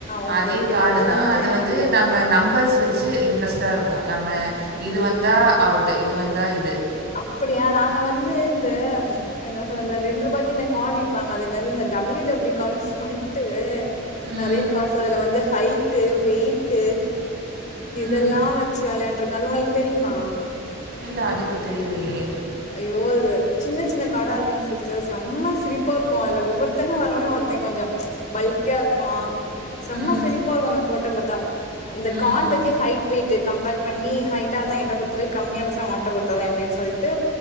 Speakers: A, on the left (about 40°); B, on the right (about 55°).
A: ஓகே
B: அதே
A: ஓகே
B: கார்ட்டுதா அது
A: எனக்கு
B: வந்து
A: தெரியாது
B: நம்ம நம்பர்ஸ் வச்சு இன்ட்ரஸ்டா இருக்கும் நம்ம இது வந்தா அவுட் இது வந்தா இ
A: அப்படியா நாங்க வந்து இந்த அது என்னா சொல்றது இந்த ரெண்டு ரூபாய்க்கு இந்த கார்ட்டு விப்பாங்க அது என்னது இந்த டபிள்யூ டபிள்யூ கார்ட்டு வன்ட்டு
B: ம்
A: நெறய கார்ட்ஸ் அதுல வந்து ஹைட்டு வெய்டு இதெல்லா
B: ம்
A: வச்சு வெளாண்டுருக்கோ அது உங்களுக்கு தெரியுமா
B: இல்ல அதுக்கு தெரியலயே
A: ஐய்யோ அது சின்ன சின்ன காடா இருக்குங்க சிஸ்டர் செம்ம சிரிப்பா இருக்கும் அதுல ஒவ்வொருத்தங்க வரவ ஒருத்த கொஞ்சோ பைல்கியா இருப்பா செம்ம
B: ம்
A: சிரிப்பா இருக்கும் அந்த ஃபோட்டோ பாத்தா இந்த
B: ம்
A: கான் வச்சு ஹட் வெயிட் கம்பேர் பண்ணி ஹட்டா இருந்தா என்ட்ட குடுத் துரு கம்மியா போச்சுன்னா உன்ட்ட குடுத்தாதா அப்டின்னு சொல்ட்டு